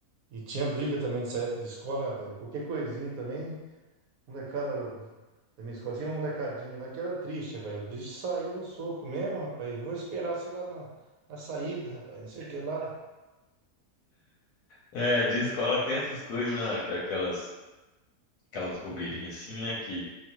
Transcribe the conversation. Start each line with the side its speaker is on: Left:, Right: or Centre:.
Right: E tinha briga também nessa época de escola, né, rapaz? Qualquer coisinha também, molecada da minha escola, tinha uma molecadinha lá que era triste, rapaz. Os bichos saíam no soco mesmo, rapaz. Eu Vou esperar, sei lá, na, na saída, rapaz, não sei o que lá.
Left: É, de escola tem essas coisas, né? Aqu- Aquelas, aquelas bobeirinhas assim, né? Que,